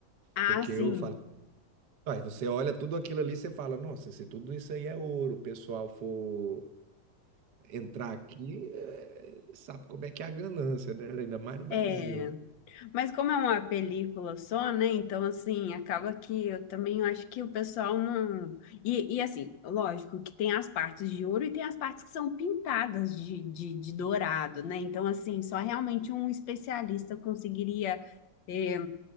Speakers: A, on the left (about 85°); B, on the right (about 65°).
A: Ah,
B: porque
A: sim.
B: eu falei, ah, você olha tudo aquilo ali, você fala, nossa, se tudo isso aí é ouro, o pessoal for entrar aqui, eh, sabe como é que é a ganância, né? Ainda mais no Brasil,
A: É,
B: né?
A: mas como é uma película só, né? Então, assim, acaba que eu também acho que o pessoal não. E, e, assim, lógico que tem as partes de ouro e tem as partes que são pintadas de, de, de dourado, né? Então, assim, só realmente um especialista conseguiria. é,